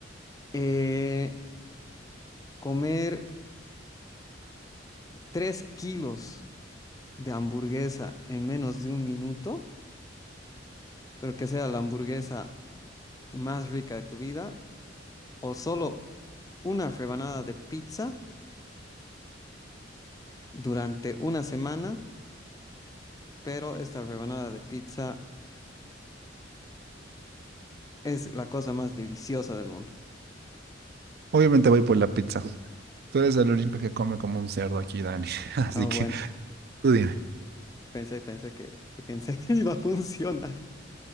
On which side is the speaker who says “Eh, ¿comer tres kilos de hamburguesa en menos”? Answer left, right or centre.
Left